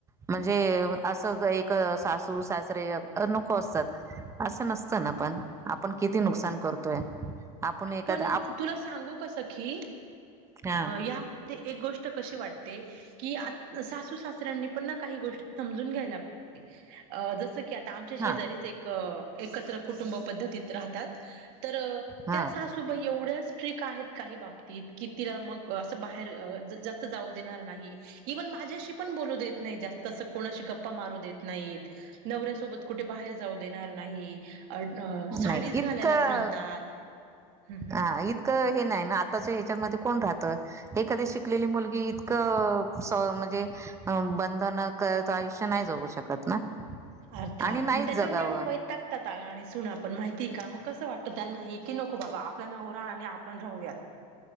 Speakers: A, on the right (about 15°); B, on the right (about 55°).
A: म्हणजे असं एक- सासू सासरे नको असतात असं नसतं ना पण. आपण किती
B: बरोबर
A: नुकसान करतोय आपण एखाद
B: पण तुला सांगू कसं की
A: हा.
B: या एक गोष्ट कशी वाटते की सासू सासऱ्यांनी पण काही गोष्टी समजून घ्यायला अ जसं की आ आमच्या शेजारीच
A: हा
B: एक एकत्र कुटुंब पद्धतीत राहतात तर
A: हा
B: त्या- त एवढ्याच ट्रिक आहेत काही बाबतीत की तिला मगं असं बाहेर जास्त जाऊ देणार नाही इव्हन माझ्याशी पण बोलू देत नाही जास्त अस कोणाशी गप मारू देत नाहीत, नवऱ्यासोबत कुठे बाहेर जाऊ देणार नाही. अ साडीच
A: नाही इतकं
B: घालायला सांगतात, हम्म हम्म
A: हा इतकं हे नाही ना आताच हच्यात आता कोण राहत. एखादी शिकलेली मुलगी इतक अं स म्हणजे बंधनात आयुष्य नाही जगू शकत ना
B: अर्थात
A: आणि नाहीच
B: मगं त्याच्यामुळे
A: जगावं.
B: मग वैतागतात अग आणि सुना पण माहित ठी का मग कसं वाटतं त्यांना हे की नको बाबा आपला नवरा आणि आपण राहूयात